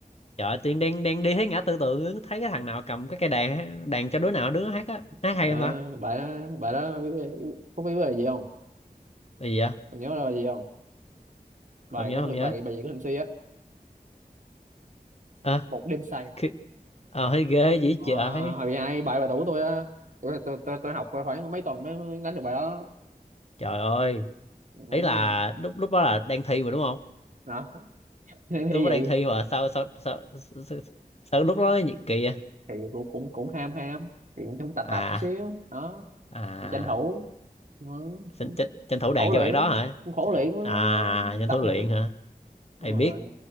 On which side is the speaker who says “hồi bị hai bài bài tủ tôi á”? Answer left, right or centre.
Right